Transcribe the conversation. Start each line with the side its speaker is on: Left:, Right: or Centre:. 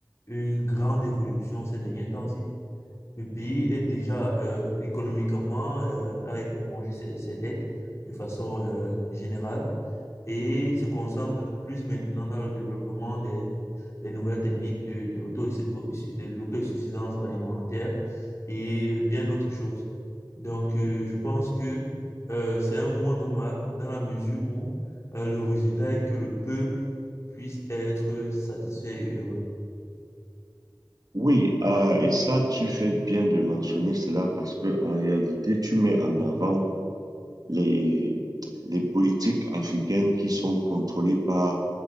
Left: une grande évolution ces derniers temps-ci. Le pays est déjà euh, économiquement euh, à éponger ses, ses dettes de façon euh, générale et se concentre plus maintenant dans le développement des, des nouvelles techniques de, de l'auto, de l'autosuffisance alimentaire et bien d'autres choses. Donc, euh, je pense que euh, c'est un moindre mal dans la mesure où euh, le résultat est que le peuple puisse être satisfait et heureux.
Right: oui euh, et ça, tu fais bien de mentionner cela parce que en réalité, tu mets en avant les, les politiques africaines qui sont contrôlées par